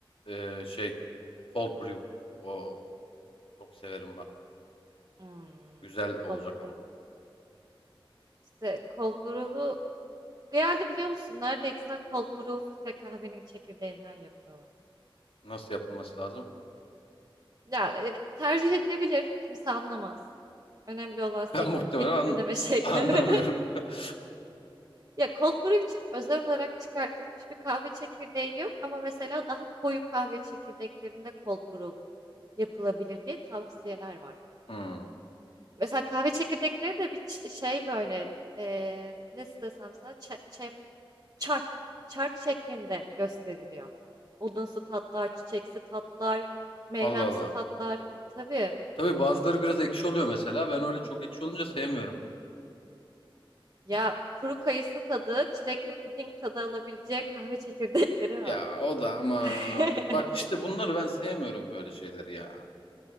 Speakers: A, on the left (about 80°); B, on the right (about 40°).
A: e, şey. Cold brew. Oo, çok severim bak.
B: Hmm,
A: Güzel
B: cold
A: olacak
B: brew.
A: ama.
B: İşte cold brew'u genelde biliyor musun? Nerede içsen cold brew ve kahvenin çekirdeğinden yapıyorlar.
A: Nasıl yapılması lazım? <laughs>
B: Ya e, tercih edilebilir. Kimse anlamaz. Önemli olan senin
A: Ben muhtemelen
B: onu filtreleme
A: an-
B: şekli.
A: <laughs> anlamıyorum.
B: <laughs>
A: <laughs>
B: Ya cold brew için özel olarak çıkartılmış bir kahve çekirdeği yok ama mesela daha koyu kahve çekirdeklerinde cold brew yapılabilir diye tavsiyeler var.
A: Hmm.
B: Mesela kahve çekirdekleri de bir ç- şey böyle eee nasıl desem sana ç- çem- çark çark şeklinde gösteriliyor. Odunsu tatlar, çiçeksi tatlar, meyvemsi
A: Allah Allah.
B: tatlar. Tabii
A: Tabii bazıları biraz ekşi oluyor mesela. Ben öyle çok ekşi olunca sevmiyorum.
B: ya kuru kayısı tadı, çilekli puding tadı alabileceği kahve çekirdekleri var.
A: Ya o da aman.
B: <laughs>
A: Bak işte bunları ben sevmiyorum böyle şeyleri ya.